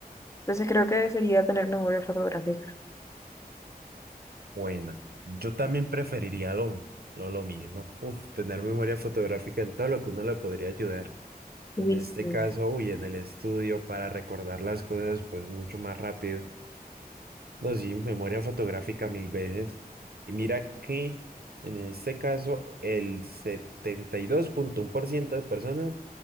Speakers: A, on the left; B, on the right.
A: Entonces creo que sería tener memoria fotográfica.
B: Buena. Yo también preferiría lo, lo, lo mismo. Uf, tener memoria fotográfica en todo lo que uno le podría ayudar.
A: Uy,
B: En este
A: sí.
B: caso, uy, en el estudio para recordar las cosas, pues mucho más rápido. No, sí, memoria fotográfica mil veces. Y mira que en este caso, el setenta y dos punto uno por ciento de personas